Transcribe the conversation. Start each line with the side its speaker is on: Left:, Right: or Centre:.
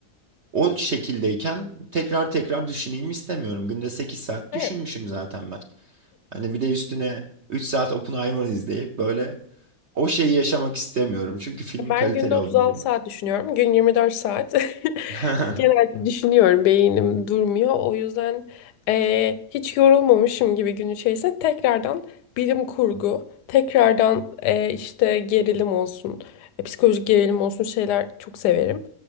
Right: O şekildeyken tekrar tekrar düşüneyim istemiyorum. Günde 8 saat düşünmüşüm
Left: Evet.
Right: zaten ben. Hani bir de üstüne 3 saat Oppenheimer izleyip böyle o şeyi yaşamak istemiyorum. Çünkü filmin
Left: Ben
Right: kaliteli
Left: günde 36
Right: olduğunu
Left: saat düşünüyorum. Gün 24 saat. <laughs>
Right: <laughs>
Left: Genelde düşünüyorum. Beynim durmuyor. O yüzden eee, hiç yorulmamışım gibi gün içerisinde tekrardan bilim kurgu, tekrardan eee, işte gerilim olsun, e, psikolojik gerilim olsun şeyler çok severim.